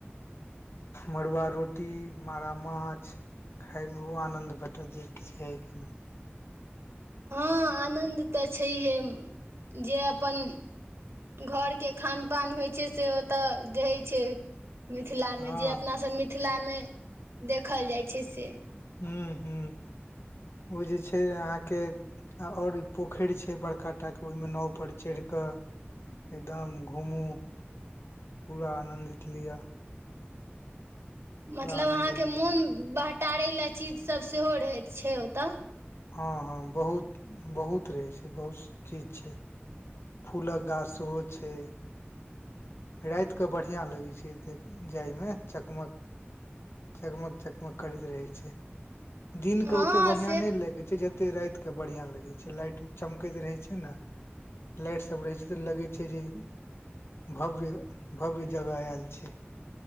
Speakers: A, on the left; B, on the right.
A: मरुवा रोटी मारा माछ। खाय मे ओ आनंद भेटत जे किछ कहै के नै।
B: हँ आनन्द तऽ छैहे, जे अपन घरके खान पान होइ छै से ओत रहै छै। मिथिलामे
A: हँ
B: जे अपनासभ मिथिलामे देखल जाय छै, से।
A: हू - हू ओ जे छै, अहाँके और ई पोखैर छै बड़का टाके, ओयमे नाव पर चैढ़ क एकदम घुमू पूरा आनन्दित लिय।
B: मतलब
A: आनंद
B: अहाँके
A: लिअ
B: मोन बहटारै ले चीजसभ सेहो रहैत छै, ओत।
A: ह - ह बहुत - बहुत रहै छै, बहुत चीज छै। फूलक गाछ सेहो छै। रैत कऽ बढ़िया लगै छै, देख जाय मे चकमक चकमक- चकमक करैत रहै छै, दिन
B: हँ
A: के ओते बढ़ियां
B: से
A: नै लगै छै। जत ओते रैत क बढ़ियां लगै छै। लाइट चमकैत रहै छै न। लाइट सब रहै छै तऽ, लगै छै जे भव्य - भव्य जगह ऐल छी।